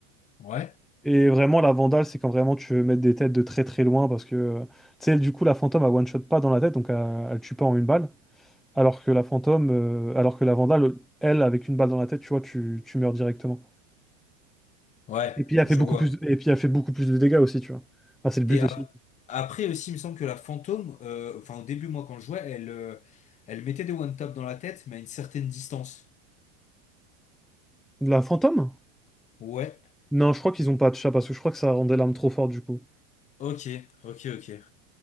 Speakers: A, on the left (about 20°); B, in the centre.
A: Ouais,
B: Et vraiment, la Vandal, c'est quand vraiment tu veux mettre des têtes de très très loin, parce que, euh, tu sais, du coup, la Fantôme, elle one-shot pas dans la tête, donc elle, elle tue pas en une balle. Alors que la fantôme, euh, alors que la Vandale, elle, avec une balle dans la tête, tu vois, tu, tu meurs directement.
A: ouais,
B: Et puis elle
A: je
B: fait beaucoup
A: vois.
B: plus, et puis elle fait beaucoup plus de dégâts aussi, tu vois. Ah, c'est le but
A: Et ap-
B: aussi.
A: après aussi, il me semble que la fantôme, euh, enfin au début moi quand je jouais, elle, euh, elle mettait des one tap dans la tête, mais à une certaine distance.
B: De la fantôme?
A: Ouais,
B: Non, je crois qu'ils ont pas de chat parce que je crois que ça rendait l'arme trop forte du coup.
A: ok, ok, ok.